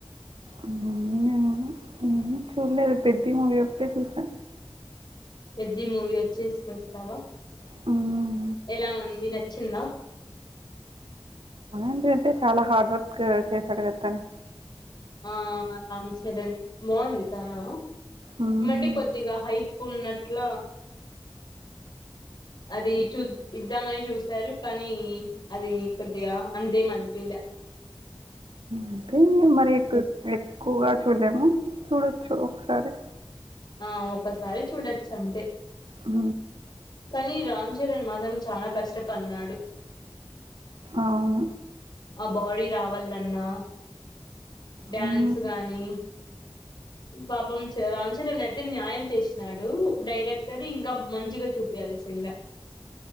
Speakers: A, on the right; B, on the left.
A: ఆ నేనా ఉ చూలేడూ పెద్ది మూవీ ఒకటే చుసా
B: పెద్ది మూవీ వచ్చేేస్ చూస్తావా
A: హ్మ్.
B: ఎలా ఉంది నచ్చిందా
A: ఇంకా అంటే చాలా హార్డ్ వర్క్ చేశాడు క తను
B: ఆ రామ్ చరణ్ బాగుంది చనా
A: హ్మ్.
B: ఏమంటే కొద్దిగా హైప్ ఉన్నట్ల అది చూద్ ఇద్దామని చూసారు కానీ అది కొద్దిగా అంత ఏం అనిపియాలే అ
A: అంటే మరి ఎక్కువగా చూలేము చూడొచ్చు ఒకసారి
B: ఆ ఒకసారి చూడొచ్చు అంతే
A: ఆ
B: కానీ రామ్ చరణ్ మాత్రం చాలా కష్టపడ్నడు
A: అవును
B: ఆ బాడీ రావాలన్నా డ్యాన్స్
A: హ్మ్.
B: గానీ పాపం చ రామ్ చరణ్ అయితే న్యాయం చేసినాడు డైరెక్టర్ ఇంకా మంచిగా చూపియాల్సుండే